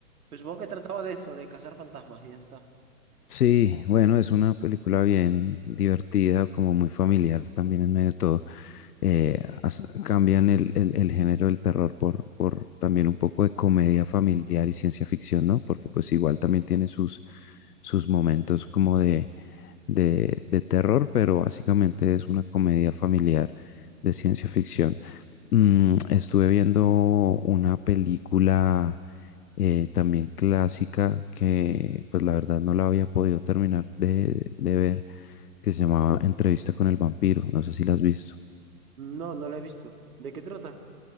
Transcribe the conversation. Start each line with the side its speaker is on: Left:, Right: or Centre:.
Right: pues supongo que trataba de eso, de cazar fantasmas y ya está.
Left: Sí, bueno, es una película bien divertida, como muy familiar también en medio de todo. Eh, as- cambian el, el- el género del terror por, por también un poco de comedia familiar y ciencia ficción, ¿no? Porque pues igual también tiene sus, sus momentos como de, de, de terror, pero básicamente es una comedia familiar de ciencia ficción. Mm, estuve viendo una película eh, también clásica, que pues la verdad no la había podido terminar de, de ver, que se llamaba Entrevista con el vampiro, no sé si la has visto.
Right: No, no la he visto. ¿De qué trata?